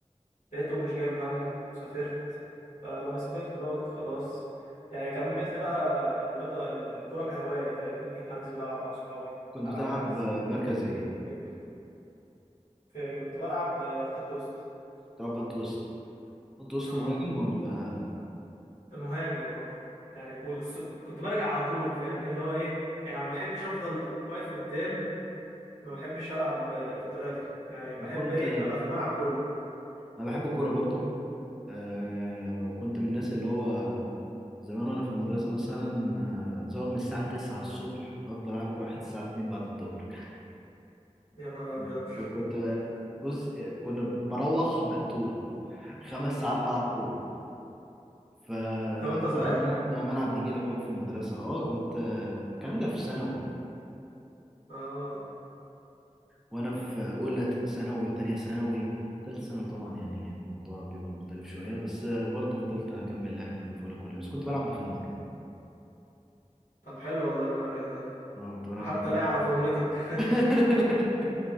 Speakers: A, on the left; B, in the centre.
A: لقيته مش جايب همه وسافرت فلما سافرت بقى قلت خلاص يعني كملت بقى الرياضه الكره كهوايه فاهمني انزل بلعب مع صحابي
B: كنت
A: العب
B: بتلعب
A: حجز
B: آه، مركز ايه
A: كده آه، كنت بلعب آه، خط وسط
B: بتلعب خط وسط خط وسط
A: اه
B: مهاجم ولا
A: مهاجم اه يعني ك- والس- كنت برجع على طول فاهمني اللي هو ايه يعني ما بحبش افضل واقف قدام ما بحبش العب ب- بالطريقه دي يعني بحب
B: انا كنت
A: ايه ابقى في الملعب كله
B: انا بحب الكوره برضو آه كنت من الناس اللي هو زمان وانا في المدرسه مثلا آه، زوغ من الساعه 9 الصبح افضل العب كوره لحد الساعه 2 بعد الظهر
A: يا نهار ابيض
B: <laughs> كنت بص كنا بروح مقتول خمس ساعات بلعب كوره ف- فكان
A: <laughs> ده وانت صغير
B: عندنا احنا ملعب نجيله كمان في المدرسه اه كنت الكلام ده في ثانوي
A: اه
B: وانا في اولى ثانوي تانية ثانوي تالتة ثانوي طبعا يعني الموضوع بيبقى مختلف شوية بس برضه فضلت اكمل لعب في اولى كلها بس كنت بلعب ديفندر
A: طب حلو والله المركز ده
B: اه كنت بلعب
A: وحتى
B: ديفندر
A: لاقي على فورمتك <laughs>
B: <laughs>